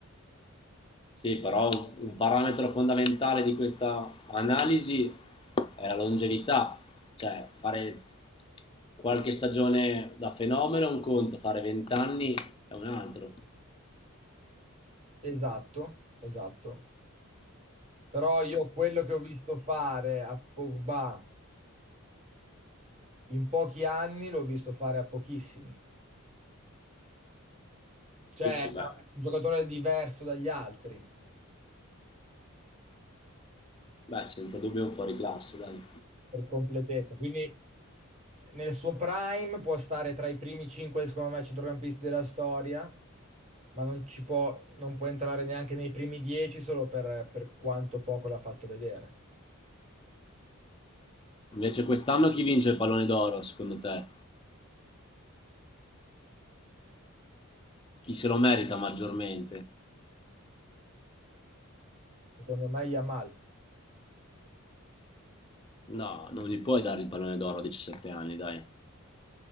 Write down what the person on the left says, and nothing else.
Sì, però un, un parametro fondamentale di questa analisi è la longevità. Cioè, fare qualche stagione da fenomeno è un conto, fare 20 anni è un altro.
Sì, sì,
beh,
beh, senza dubbio è un fuoriclasse, dai.
Invece quest'anno chi vince il pallone d'oro, secondo te? Chi se lo merita maggiormente?
No, non gli puoi dare il pallone d'oro a 17 anni, dai.